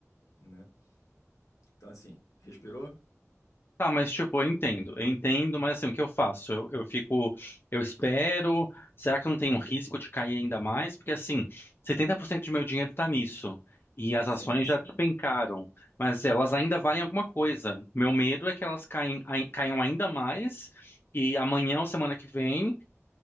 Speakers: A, on the left (about 85°); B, on the left (about 45°).
A: né? Então, assim, respirou,
B: Tá, mas tipo, eu entendo, eu entendo, mas assim, o que eu faço? Eu, eu fico, eu espero. Será que eu não tem um risco de cair ainda mais? Porque assim, 70% do meu dinheiro tá nisso. E as
A: Sim,
B: ações
A: sim.
B: já despencaram, mas elas ainda valem alguma coisa. Meu medo é que elas caem, ai- caiam ainda mais e amanhã ou semana que vem